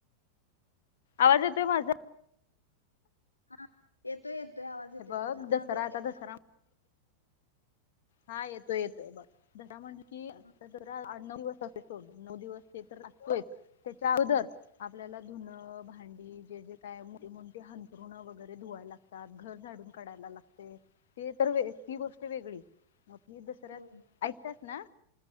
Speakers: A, on the left (about 55°); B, on the left (about 80°).
A: आवाज येतोय माझा
B: हा येतो येत. तो आवाज येते
A: हे बघ
B: तुझा माझा
A: दसरा
B: येते
A: आता दसरा
B: ना?
A: हा येतोय येतोय बघ म्हण. कि
B: हा.
A: नऊ दिवस अस सोड नऊ दिवस ते तर असगतोयच त्याच्या अगोदर आपल्याला धुनं, भांडी, जे जे कायती हंतरुण, वगैरे धुवाय लागतात, घर झाडून काढायला लागते, ते तर ती गोष्ट वेगळी म म दसऱ्यात
B: होय
A: ऐकता ना